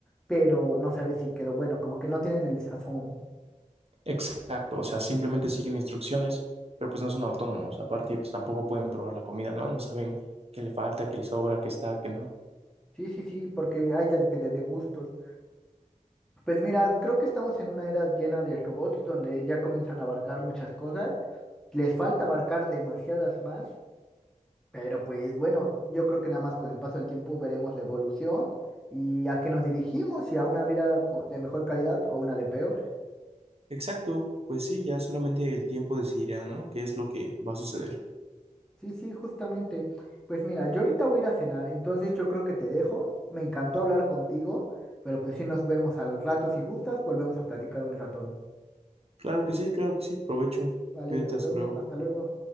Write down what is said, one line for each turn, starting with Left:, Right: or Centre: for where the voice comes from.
Centre: pero no sabes si quedó bueno, como que no tienen el sazón.
Right: Exacto, o sea, simplemente siguen instrucciones, pero pues no son autónomos. Aparte, pues tampoco pueden probar la comida, ¿no? No saben qué le falta, qué le sobra, qué está, qué no.
Centre: Sí, sí, sí, porque ahí ya depende de gustos. Pues mira, creo que estamos en una era llena de robots donde ya comienzan a abarcar muchas cosas. Les falta abarcar demasiadas más, pero pues bueno, yo creo que nada más con el paso del tiempo veremos la evolución y a qué nos dirigimos, si a una vida co- de mejor calidad o a una de peor.
Right: Exacto, pues sí, ya solamente el tiempo decidirá, ¿no? ¿Qué es lo que va a suceder?
Centre: Sí, sí, justamente. Pues mira, yo ahorita voy a ir a cenar, entonces yo creo que te dejo. Me encantó hablar contigo, pero pues sí nos vemos al rato. Si gustas, volvemos a platicar un ratón.
Right: Claro que sí, claro que sí, provecho,
Centre: Vale,
Right: cuídate,
Centre: nos
Right: hasta
Centre: vemos,
Right: luego.
Centre: hasta luego.